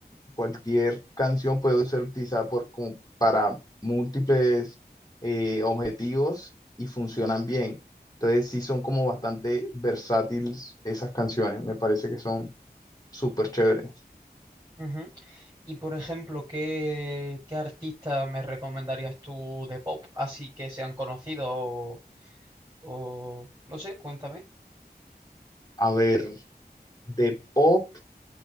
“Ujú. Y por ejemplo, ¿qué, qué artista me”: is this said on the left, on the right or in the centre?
Right